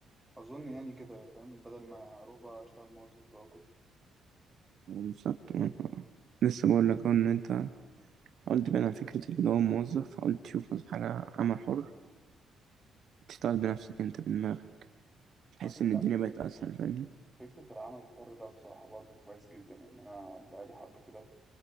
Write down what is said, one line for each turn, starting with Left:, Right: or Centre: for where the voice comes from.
Centre: أظن يعني كده فاهم بدل ما أروح بقى أشتغل موظف بقى وكده
Right: وبالذات لسه بقول لك أهو ان انت حاول تبعد عن فكره ان هو موظف حاول تشوف مثلا حاجه عمل حر تشتغل بنفسك انت بدماغك تحس
Centre: على فكرة
Right: ان الدنيا بقت اسهل فاهمني
Centre: فكرة العمل الحر ده بصراحة برضو كويس جدا يعني أنا بقالي حبة كده